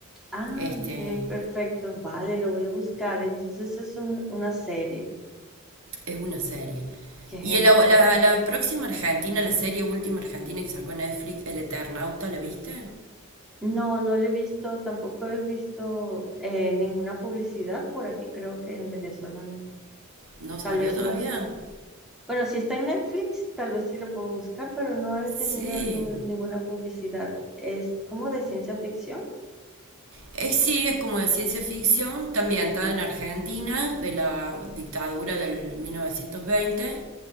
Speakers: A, in the centre; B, on the right (about 70°).
A: Ah,
B: Este,
A: ok, perfecto. Vale, lo voy a buscar. Entonces es un- una serie.
B: es una serie.
A: Qué genial.
B: Y el- la, la próxima Argentina, la serie última Argentina que sacó Netflix, El Eternauta, ¿la viste?
A: No, no lo he visto, tampoco he visto eh, ninguna publicidad por aquí, creo que en Venezuela no.
B: ¿No
A: Tal
B: salió
A: vez
B: todavía?
A: no es. Bueno, si está en Netflix, tal vez sí lo puedo buscar, pero no he
B: Sí.
A: tenido alnu- ninguna publicidad. Es como de ciencia ficción.
B: Es, sí, es como de ciencia ficción, está ambientada en Argentina, de la dictadura del mil novecientos veinte